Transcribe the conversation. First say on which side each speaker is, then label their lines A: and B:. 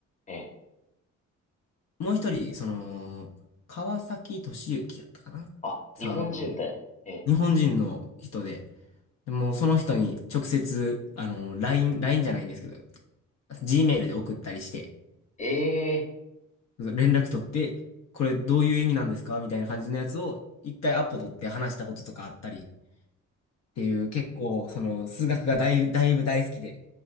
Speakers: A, on the left (about 25°); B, on the left (about 60°).
A: ええ。
B: もう一人、その、川崎俊之やったかなさんが、
A: あ、日本人で。ええ。
B: 日本人の人で、でもうその人に直接、あの、LINE、ラインじゃないんですけど、g メールで送ったりして、
A: ええ、
B: 連絡取って、これどういう意味なんですかみたいな感じのやつを、一回アポ取って話したこととかあったりっていう、結構、その、数学がだい、だいぶ大好きで、